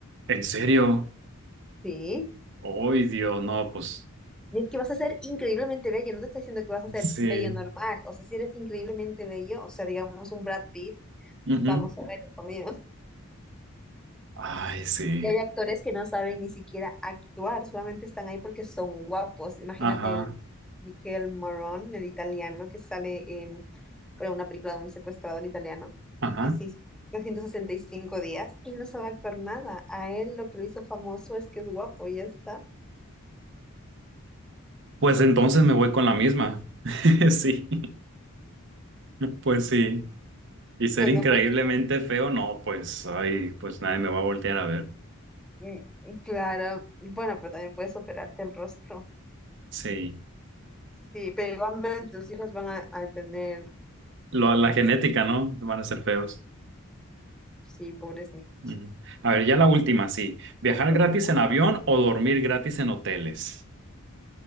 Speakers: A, on the right; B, in the centre.
A: ¿En serio?
B: Sí.
A: Ay, Dios, no, pues,
B: Y es que vas a ser increíblemente bello, no te está diciendo que vas a ser
A: sí.
B: bello normal. O sea, si eres increíblemente bello, o sea, digamos un Brad Pitt,
A: Ujú.
B: vamos a ver, conmigo.
A: Ay, sí.
B: Y hay actores que no saben ni siquiera actuar, solamente están ahí porque son guapos. Imagínate
A: Ajá,
B: el Michel Morón, el italiano, que sale en bueno, una película de un secuestrador italiano,
A: ajá.
B: que se hizo 365 días. Él no sabe actuar nada. A él lo que lo hizo famoso es que es guapo y ya está.
A: Pues entonces me voy con la misma. <laughs> Sí, pues sí. Y ser
B: Venga,
A: increíblemente
B: pues <laughs> esto-
A: feo, no, pues, ay, pues nadie me va a voltear a ver.
B: mm, claro. Bueno, pero también puedes operarte el rostro.
A: Sí.
B: Sí, pero igualmente tus hijos van a, a tener...
A: Lo- la genética,
B: este,
A: ¿no? Van a ser feos.
B: Sí, pobres niños.
A: Ujú. A ver, ya la última, sí. ¿Viajar
B: <laughs>
A: gratis en avión o dormir gratis en hoteles?